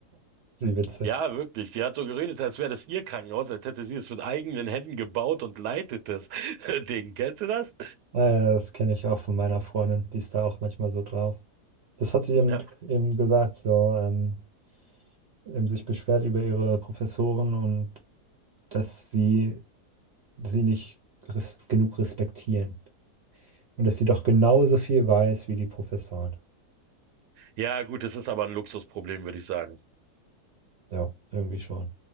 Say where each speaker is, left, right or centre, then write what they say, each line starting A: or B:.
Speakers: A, on the right (about 55°); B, on the right (about 80°).
A: Wie witzig.
B: Ja, wirklich. Die hat so geredet, als wäre das ihr Krankenhaus, als hätte sie es mit eigenen Händen gebaut und leitet das <laughs> Ding. Kennst du das?
A: Äh, das kenne ich auch von meiner Freundin, die ist da auch manchmal so drauf. Das hat sie eben,
B: Ja.
A: eben gesagt, so ähm, eben sich beschwert über ihre Professoren und dass sie sie nicht res genug respektieren. Und dass sie doch genauso viel weiß wie die Professoren.
B: Ja, gut, das ist aber ein Luxusproblem, würde ich sagen.
A: Ja, irgendwie schon.